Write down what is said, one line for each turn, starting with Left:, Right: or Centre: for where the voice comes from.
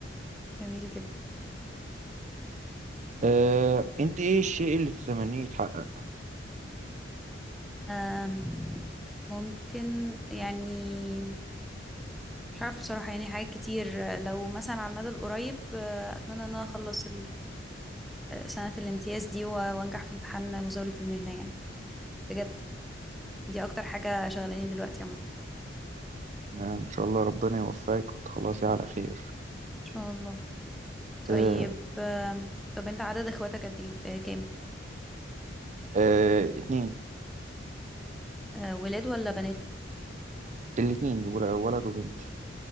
Centre: جميل جدا
Right: أه أنت إيه الشيء اللي تتمنيه يتحقق؟
Centre: آه ممكن يعني مش عارفة بصراحة يعني حاجات كتير آه، لو مثلا على المدى القريب آه، أتمنى إن أنا أخلص سنة الامتياز دي و- وانجح في امتحان مزاولة المهنة يعني بجد دي اكتر حاجة شغلاني دلوقتي عموما ان
Right: آه، إن شاء الله ربنا يوفقك وتخلصي على خير
Centre: شاء الله طيب
Right: أه
Centre: آم، طب انت عدد اخواتك قد ايه آه، كام
Right: أه اتنين
Centre: آه، ولاد ولا بنات
Right: الاتنين ول- ولد وبنت